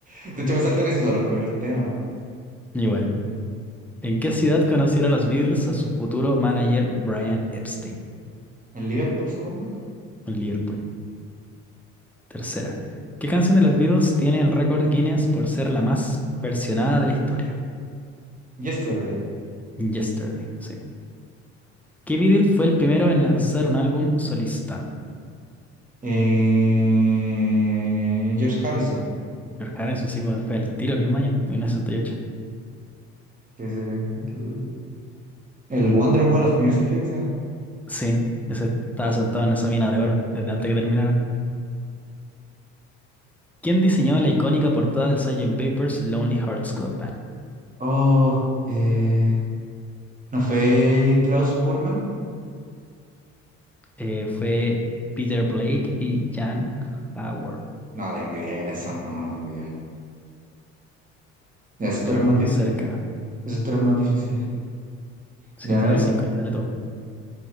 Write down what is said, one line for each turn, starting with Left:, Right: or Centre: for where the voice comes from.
Right: De hecho, me salto casi todos los primeros temas. weón.
Centre: Igual. ¿En qué ciudad conocieron los Beatles a su futuro manager Brian Epstein?
Right: El Liverpool, supongo.
Centre: En Liverpool. Tercera. ¿Qué canción de los Beatles tiene el récord Guinness por ser la más versionada de la historia?
Right: Yesterday.
Centre: Yesterday, sí. ¿Qué Beatle fue el primero en lanzar un álbum solista?
Right: Eh, George Harrison.
Centre: George Harrison, sí, bueno, fue el tiro el mismo año, mil novecientos sesenta y ocho.
Right: Sí, sí, sí. El, el Wonder Wall of Music, creo que se llama.
Centre: Sí, ese estaba sentado en esa mina de oro desde antes que terminaran. ¿Quién diseñó la icónica portada del Sgt. Pepper's Lonely Hearts Club Band?
Right: Oh, eh, ¿no fue Klaus Burman?
Centre: eh, fue Peter Blake y Jan Howard,
Right: No tengo idea quiénes son, no, no tengo idea. Ya, esos
Centre: pero
Right: tres más, di-
Centre: cerca.
Right: esos tres más difíciles.
Centre: Sí,
Right: De a
Centre: esas
Right: ver,
Centre: eran cinco, ya le tomo.